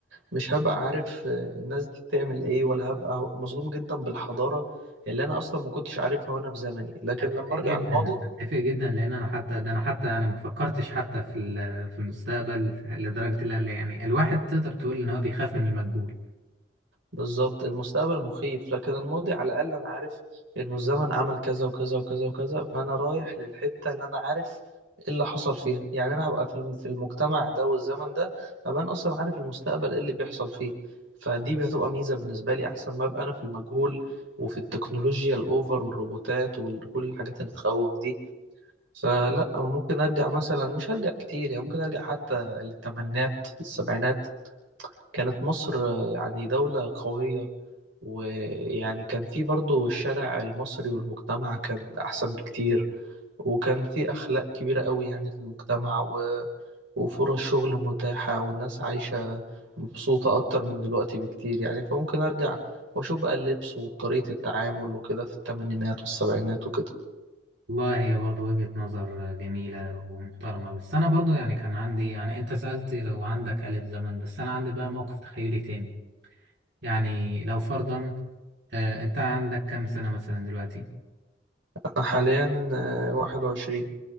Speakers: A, on the right; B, on the right.
A: مش هبقى عارف آه، الناس دي بتعمل ايه ولا هبقى هبقى مصدوم جدا بالحضارة اللي انا اصلا ما كنتش عارفها وانا في زمني لكن
B: أتفق
A: لما ارجع
B: جدا
A: الماضي
B: أتفق جدا لأن أنا حتى ده أنا حتى يعني ما فكرتش حتى في ال- في المستقبل لدرجة اللي أنا يعني الواحد تقدر تقول إن هو بيخاف من المجهول
A: بالظبط المستقبل مخيف لكن الماضي على الاقل انا عارف انه الزمن عمل كذا وكذا وكذا وكذا فانا رايح للحتة اللي انا عارف ايه اللي حصل فيها يعني انا هبقى في الم- في المجتمع ده والزمن ده هبقى انا اصلا عارف المستقبل ايه اللي بيحصل فيه فدي هتبقى ميزة بالنسبة لي احسن ما ابقى انا في المجهول وفي التكنولوجيا الاوفر والروبوتات وكل الحاجات اللي تخوف دي فلا أو ممكن ارجع مثلا مش هرجع كتير يعني ممكن ارجع حتى للثمانينات السبعينات كانت مصر آه، يعني دولة قوية ويعني كان في برضو الشارع المصري والمجتمع كان احسن بكتير وكان في اخلاق كبيرة قوي يعني في المجتمع و... وفرص شغل متاحة والناس عايشة مبسوطة اكتر من دلوقتي بكتير يعني فممكن ارجع واشوف بقى اللبس وطريقة التعامل وكده في الثمانينات والسبعينات وكده
B: والله هي برضو وجهة نظر جميلة ومحترمة بس أنا برضو يعني كان عندي يعني أنت سألت لو عندك آلة زمن بس أنا عندي بقى موقف تخيلي تاني يعني لو فرضا آه أنت عندك كام سنة مثلا دلوقتي
A: انا حاليا آه، واحد وعشرين